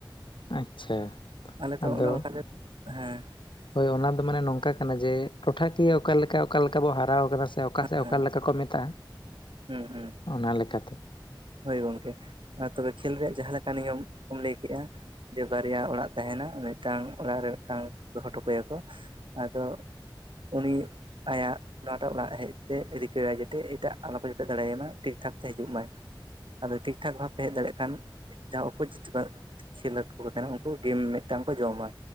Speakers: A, on the left; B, on the right.
A: ᱟᱪᱪᱷᱟ
B: ᱟᱞᱮ ᱛᱚ
A: ᱟᱫᱚ
B: ᱚᱱᱮ ᱚᱱᱠᱟ ᱞᱮ, ᱦᱮᱸ᱾
A: ᱦᱳᱭ ᱚᱱᱟ ᱫᱚ ᱢᱟᱱᱮ ᱱᱚᱝᱠᱟ ᱠᱟᱱᱟ ᱡᱮ ᱴᱚᱴᱷᱟᱠᱤᱭᱟᱹ ᱚᱠᱟ ᱞᱮᱠᱟ ᱚᱠᱟ ᱞᱮᱠᱟ ᱵᱚ ᱦᱟᱨᱟᱣ ᱠᱟᱱᱟ ᱥᱮ ᱚᱠᱟ ᱥᱮᱫ
B: ᱦᱮᱸ
A: ᱚᱠᱟ ᱞᱮᱠᱟ ᱠᱚ ᱢᱮᱛᱟᱜᱼᱟ,
B: ᱦᱩᱸ ᱦᱩᱸ
A: ᱚᱱᱟ ᱞᱮᱠᱟᱛᱮ᱾
B: ᱦᱳᱭ ᱜᱚᱝᱠᱮ ᱟᱨ ᱛᱚᱵᱮ ᱠᱷᱮᱞ ᱨᱮᱭᱟᱜ ᱡᱟᱦᱟᱸ ᱞᱮᱠᱟ ᱱᱤᱭᱚᱢ ᱠᱚᱢ ᱞᱟᱹᱭ ᱠᱮᱜᱼᱟ ᱡᱮ ᱵᱟᱨᱭᱟ ᱚᱲᱟᱜ ᱛᱟᱦᱮᱱᱟ ᱢᱤᱫᱴᱟᱝ ᱚᱲᱟᱜ ᱨᱮ ᱢᱤᱫᱴᱟᱝ ᱫᱚᱦᱚ ᱴᱚ ᱠᱟᱭᱟ ᱠᱚ ᱟᱫᱚ ᱩᱱᱤ ᱟᱭᱟᱜ ᱱᱚᱣᱟᱴᱟᱜ ᱚᱲᱟᱜ-ᱮ ᱦᱮᱡ <unintelligible> ᱨᱤᱠᱟᱹᱭᱟᱭ ᱡᱟᱛᱮ ᱮᱴᱟᱜ ᱟᱞᱚ ᱠᱚ ᱡᱮᱴᱮᱫ ᱫᱟᱲᱮᱭᱟᱭᱢᱟ, ᱴᱷᱤᱠ ᱴᱷᱟᱠ ᱛᱮ ᱦᱤᱡᱩᱜ ᱢᱟᱭ᱾ ᱟᱫᱚ ᱴᱷᱤᱠ ᱴᱷᱟᱠ ᱵᱷᱟᱵᱛᱮ ᱦᱮᱡ ᱫᱟᱲᱮᱜ ᱠᱷᱟᱱ ᱡᱟᱦᱟᱸ ᱳᱯᱳᱡᱤᱴ <inaudible> ᱠᱷᱮᱞᱳᱰ ᱠᱚᱠᱚ ᱛᱟᱦᱮᱱᱟ ᱩᱱᱠᱩ ᱜᱮᱢ ᱢᱤᱫᱴᱟᱝ ᱠᱚ ᱡᱚᱢᱟ᱾